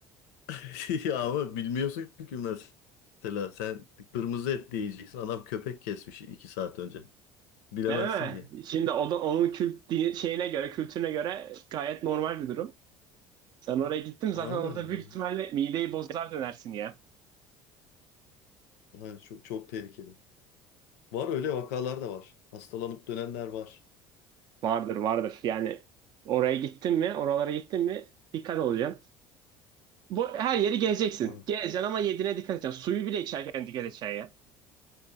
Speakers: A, on the left; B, on the right.
A: <laughs> Ya ama bilmiyorsun ki mesela sen kırmızı et diyeceksin adam köpek kesmiş iki saat önce. Bilemezsin
B: Değil mi?
A: ki.
B: Şimdi o da, onun kült dini- şeyine göre, kültürüne göre gayet normal bir durum. Sen oraya gittin zaten
A: Aynen
B: orada
A: ya.
B: büyük ihtimalle mideyi bozar dönersin ya.
A: Aynen, çok, çok tehlikeli. Var öyle vakalar da var. Hastalanıp dönenler var.
B: Vardır vardır. Yani oraya gittin mi, oralara gittin mi dikkat olacaksın. Bu her yeri gezeceksin.
A: Tabii.
B: Gezeceksin ama yediğine dikkat edeceksin. Suyu bile içerken dikkat edeceksin ya.